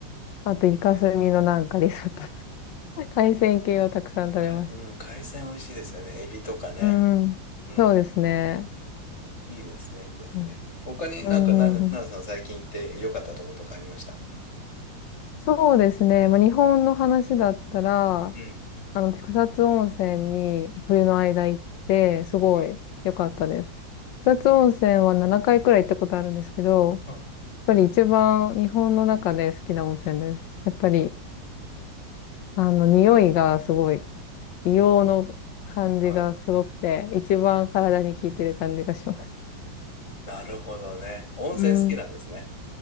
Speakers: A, on the left (about 75°); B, on the left (about 35°).
A: あとイカスミのなんかリゾットとか、<laughs> 海鮮系をたくさん食べました。
B: あ、か、うん、海鮮美味しいですよね。エビとかね。
A: うん。
B: うん、
A: そうですね。
B: うん。いいですね、いいですね。
A: うん、
B: 他になんか、
A: うん、
B: なる、
A: うんうん
B: なるさん最近行って良かったとことかありました
A: そうですね。まあ、日本の話だったら、
B: うん。
A: あの、草津温泉に冬の間行って、すごい良かったです。
B: はい
A: 草津温泉は7回くらい行ったことあるんですけど、
B: あ
A: ぱり一番日本の中で好きな温泉です。やっぱり、あの、匂いがすごい、硫黄の感じがすごくて、
B: うん。はい。
A: 一番体に効いてる感じがします。
B: なるほどね。温泉好きなんですね。
A: うん。